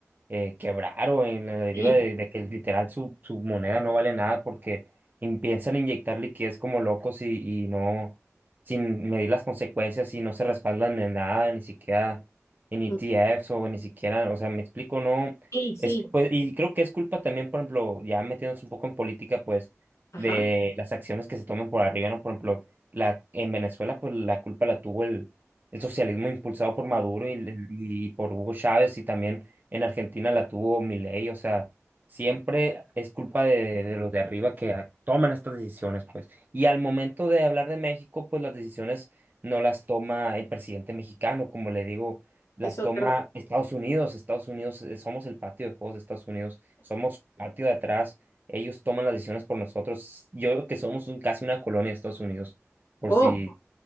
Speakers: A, on the right; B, on the left.
A: eh, quebraron en la deriva
B: Sí.
A: de, de que literal su, su moneda no vale nada porque in- piensan inyectar liquidez como locos y, y no, sin medir las consecuencias y no se respaldan en nada, ni siquiera en ETFs
B: Mm,
A: o ni siquiera, o sea, me explico, no,
B: Sí, sí,
A: es, pues, y creo que es culpa también, por ejemplo, ya metiéndose un poco en política, pues,
B: ajá,
A: de las acciones que se toman por arriba, ¿no? Por ejemplo, la, en Venezuela, pues, la culpa la tuvo el, el socialismo impulsado por Maduro y, y por Hugo Chávez y también en Argentina la tuvo Milei, o sea, siempre es culpa de, de los de arriba que a- toman estas decisiones, pues. Y al momento de hablar de México, pues las decisiones no las toma el presidente mexicano, como le digo, las
B: eso
A: toma
B: es verdad.
A: Estados Unidos. Estados Unidos, eh, somos el patio de juegos de Estados Unidos, somos patio de atrás, ellos toman las decisiones por nosotros. Yo creo que somos un- casi una colonia de Estados Unidos, por
B: Oh,
A: si,